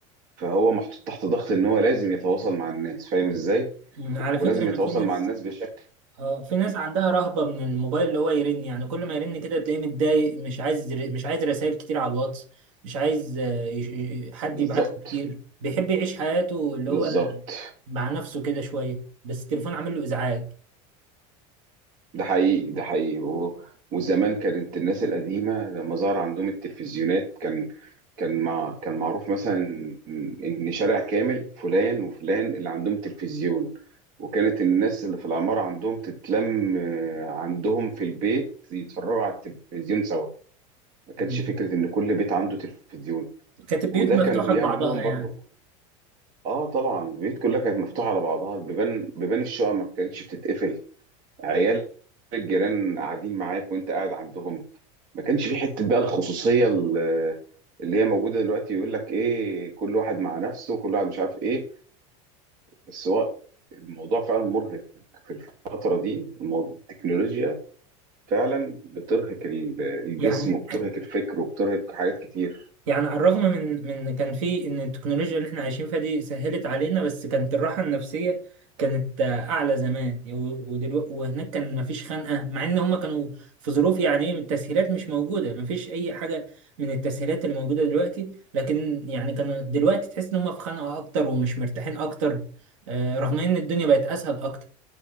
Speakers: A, on the right; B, on the right.
A: فهو محطوط تحت ضغط ان هو لازم يتواصل مع الناس فاهم ازاي؟
B: على فكرة
A: ولازم
B: أنا
A: يتواصل
B: في ناس
A: مع الناس بشكل
B: اه في ناس عندها رهبة من الموبايل اللي هو يرن يعني كل ما يرن كده تلاقيه متضايق مش عايز مش عايز رسائل كتير على الواتس مش عايز آه، يش- ي- حد
A: بالظبط
B: يبعت له كتير بيحب يعيش حياته اللي
A: بالظبط
B: هو مع نفسه كده شوية بس التليفون عامل له إزعاج
A: ده حقيقي ده حقيقي و... وزمان كانت الناس القديمة لما ظهر عندهم التلفزيونات كان كان مع... كان معروف مثلا إن إن شارع كامل فلان وفلان اللي عندهم تلفزيون وكانت الناس اللي في العمارة عندهم تتلم آه، عندهم في البيت يتفرجوا على التلفزيون سوا ما كانش
B: مم.
A: فكرة إن كل بيت عنده تلفزيون
B: كانت البيوت
A: وده
B: مفتوحة
A: كان بيعمل
B: لبعضها
A: لهم برضه
B: يعني
A: اه طبعا البيوت كلها كانت مفتوحة على بعضها بيبان بيبان الشقق ما كانتش بتتقفل عيال الجيران قاعدين معاك وانت قاعد عندهم ما كانش في حته بقى الخصوصيه ال- اللي هي موجوده دلوقتي يقول لك ايه كل واحد مع نفسه كل واحد مش عارف ايه بس هو الموضوع فعلا مرهق في الفتره دي المو- التكنولوجيا فعلا بترهق ال- الجسم
B: يعني
A: وبترهق الفكر وبترهق حاجات كتير
B: يعني على الرغم من من إن كان في ان التكنولوجيا اللي احنا عايشين فيها دي سهلت علينا بس كانت الراحه النفسيه كانت آه، اعلى زمان ودلوقتي وهناك كان مفيش خنقه مع ان هم كانوا في ظروف يعني ايه التسهيلات مش موجوده مفيش اي حاجه من التسهيلات اللي موجوده دلوقتي لكن يعني كانوا دلوقتي تحس ان هم في خنقه اكتر ومش مرتاحين اكتر آه، رغم ان الدنيا بقت اسهل اكتر